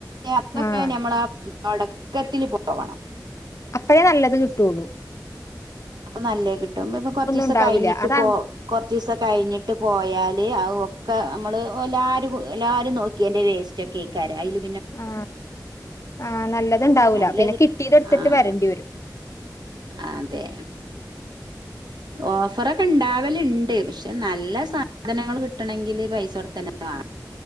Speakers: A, on the right (about 75°); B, on the left (about 45°).
A: അതൊക്കെ
B: ആഹ്
A: ഞമ്മളാ തൊടക്കത്തില് പോണം
B: അപ്പഴേ നല്ലത് കിട്ടുള്ളു
A: അപ്പൊ നല്ല കിട്ടും ഇപ്പ കൊറച്ച് ദിവസം
B: ഉണ്ടാവൂല
A: കഴിഞ്ഞിട്ട്
B: അതാ
A: പോ കൊറച്ചീസം കഴിഞ്ഞിട്ട് പോയാല് ആ ക്കെ നമ്മള് എല്ലാരും എല്ലാരും നോക്ക്യേൻ്റെ വേസ്റ്റ് ഒക്കെ കേക്കാരം അയില്
B: ആ ആ നല്ലതുണ്ടാവൂല
A: നല്ല
B: പിന്നെ
A: കി
B: കിട്ടിയത്എട്ടുത്തിട്ട്
A: ആഹ്
B: വരണ്ടി വെരും
A: അതെ ഓഫറൊക്കെ ഇണ്ടാവലുണ്ട് പക്ഷെ നല്ല സാധനങ്ങൾ കിട്ടണങ്കില് പൈസ കൊടുത്തെന്നെ വാങ്ങണം